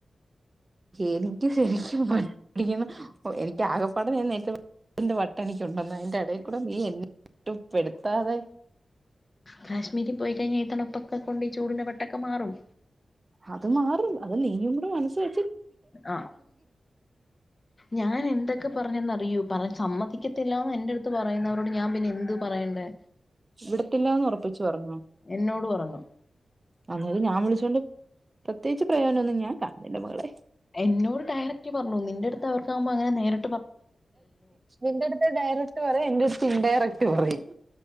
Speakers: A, on the right; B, on the left.
A: എനിക്ക് ശരിക്കും വ പഠ <unintelligible> എനിക്ക് ആകെപ്പാടെ ഞാൻ നേരിട്ട് <unintelligible> എനിക്ക് ഉണ്ടെന്ന് അതിന്റെ ഇടേ കൂടെ നീ ഒറ്റപ്പെടുത്താതെ
B: പെടുത്താതെ കാശ്മീരി പോയി കഴിഞ്ഞ എ തണുപ്പൊക്കെ കൊണ്ട് ഈ ചൂടിന്റെ വട്ടൊക്കെ മാറും
A: അത് മാറും അത് നീയും കൂടെ മനസ്സ് വെ
B: ആഹ് ഞാൻ എന്തൊക്കെ പറഞ്ഞൂന്നറിയുവോ പറൻ സമ്മതിക്കത്തില്ല ആ എന്റടുത്തു പറയുന്നവരോട് ഞാൻ പിന്നെ എന്തു പറയണ്ടേ
A: വിടത്തില്ലന്ന് ഉറപ്പിച്ചച്ച് പറഞ്ഞോ
B: എന്നോട് പറഞ്ഞു
A: അന്നത് ഞാൻ വിളിച്ചോണ്ട് പ്രത്യേകിച്ച് പ്രയാന ഒന്ന ഞാൻ കണ്ന്നിൽ മകളെ
B: എന്നോട് ഡയറക്റ്റ് പറഞ്ഞു നിന്റെറ അടു അവക്കാവുമ്പോ അങ്ങന നേരി
A: നിന്റെടുത്ത് ഡയറക്ട് പറയാ എന്റെ ഇന് ഡയറക്ട് പറയും